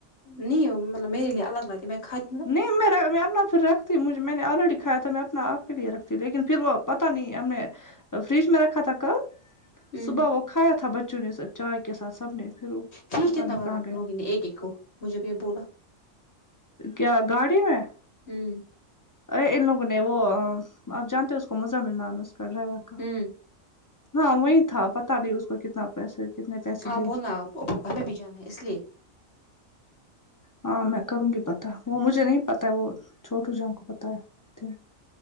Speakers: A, on the left (about 55°); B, on the left (about 25°).
A: نہیں مطلب میرے الگ لگاتی میں کھاتی نا
B: نہیں میرا میں اپنا پھر رکھتی مجھے میں نے آلریڈی کھایا تھا میں اپنا آپ کے لیے رکھتی لیکن پھر وہ پتہ نہیں ہمیں فریج میں رکھا تھا کل
A: ہوں
B: صبح وہ کھایا تھا بچوں نے چائے کے ساتھ سب نے پھر وہ
A: ٹھیک
B: پتہ
A: کتنا
B: نہیں
A: بار
B: کہاں
A: آپ
B: گئے
A: لوگ نے ایک ایک کو مجھے بھی یہ بولا
B: کیا گاڑی میں
A: ہوں
B: ا ان لوگوں نے وہ آپ جانتے ہو اس کو مزمل ہے اس کا ڈرائیور کا
A: ہوں
B: ہاں وہی تھا پتا نہیں اس کو کتنا پیسے کتنے پیسے
A: ہاں
B: دیے اس
A: بولا
B: نے،
A: آپ کو ہمیں بھی جانا اس لیے
B: ہاں میں کروں گی پتا وہ مجھے نہیں پتا ہے وہ چھوٹو جان کو پتا ہے